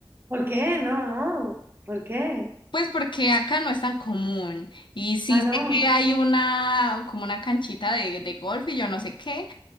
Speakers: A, on the right; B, on the left.
A: ¿por qué? No, no, ¿por qué?
B: Pues porque acá no es tan común. Y sí
A: Ah, no.
B: sé que hay una, como una canchita de, de golf y yo no sé qué,